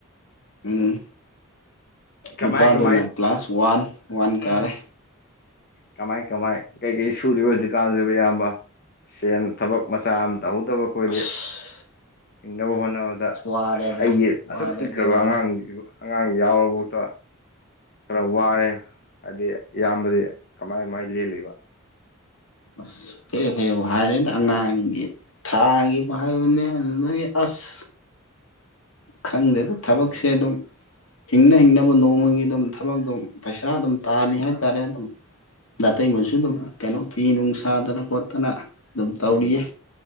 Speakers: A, on the left (about 75°); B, on the left (about 45°).
A: ꯎꯝ
B: ꯀꯃꯥꯏ
A: ꯅꯨꯄꯥꯗꯨꯅ
B: ꯀꯃꯥꯏ
A: ꯀ꯭ꯂꯥꯁ ꯋꯥꯟ ꯋꯥꯟ
B: ꯎꯝ
A: ꯀꯥꯔꯦ
B: ꯀꯃꯥꯏ ꯀꯃꯥꯏ ꯀꯩꯀꯩ ꯁꯨꯔꯤꯕ ꯍꯧꯖꯤꯛꯀꯥꯟꯁꯤꯕꯨ ꯢꯌꯥꯝꯕ ꯁꯦꯟ ꯊꯕꯛ ꯃꯆꯥ ꯑꯃ ꯇꯧꯍꯧꯗꯕ ꯑꯩꯈꯣꯏꯗꯤ
A: ꯑꯁ
B: ꯍꯤꯡꯅꯕ ꯍꯣꯠꯅꯕꯗ ꯗ
A: ꯋꯥꯔꯦꯗ
B: ꯑꯩꯒꯤ
A: ꯋꯥꯔꯦꯗ
B: ꯑꯁꯨꯛ ꯄꯤꯛꯈ꯭ꯔꯕ
A: ꯏꯕꯣ
B: ꯑꯉꯥꯡ ꯑꯉꯥꯡ ꯌꯥꯎꯔꯕꯥꯎꯇ ꯈꯔ ꯋꯥꯔꯦ ꯍꯥꯏꯗꯤ ꯏꯌꯥꯝꯕꯗꯤ ꯀꯃꯥꯏ ꯀꯃꯥꯏꯅ ꯂꯦꯜꯂꯤꯕ
A: ꯑꯁ ꯐꯦꯔꯦ ꯐꯦꯔꯦꯕꯨ ꯍꯥꯏꯔꯦꯗ ꯑꯉꯥꯡꯒꯤ ꯊꯥꯒꯤꯕꯨ ꯍꯥꯏꯕꯅꯦ ꯑꯗꯨꯗꯩ ꯑꯁ ꯈꯪꯗꯦꯗ ꯊꯕꯛꯁꯦ ꯑꯗꯨꯝ ꯍꯤꯡꯅ ꯍꯤꯡꯅꯕ ꯅꯣꯡꯃꯒꯤ ꯑꯗꯨꯝ ꯊꯕꯛꯇꯣ ꯄꯩꯁꯥ ꯑꯗꯨꯝ ꯇꯥꯜꯂꯤ ꯍꯥꯏꯇꯥꯔꯦ ꯑꯗꯨꯝ ꯅꯥꯇꯩꯃꯁꯨ ꯑꯗꯨꯝ ꯀꯩꯅꯣ ꯐꯤ ꯅꯨꯡ ꯁꯥꯗꯅ ꯈꯣꯠꯇꯅ ꯑꯗꯨꯝ ꯇꯧꯔꯤꯌꯦ
B: ꯎꯝ